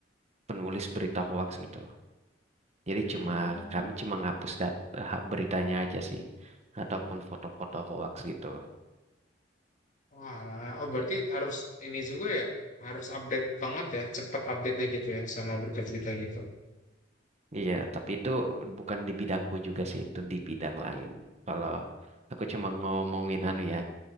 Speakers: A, on the right; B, on the left.
A: penulis berita hoax gitu. Jadi
B: Hmm,
A: cuma kami cuma ngapus dat- eh, beritanya aja sih ataupun foto-foto hoax gitu.
B: walah. Oh berarti harus ini juga ya, harus update banget ya, cepat update-nya gitu ya sama berita-berita gitu.
A: Iya, tapi itu bukan di bidangku juga sih, itu di bidang lain. Kalau aku cuma ngomongin anu ya,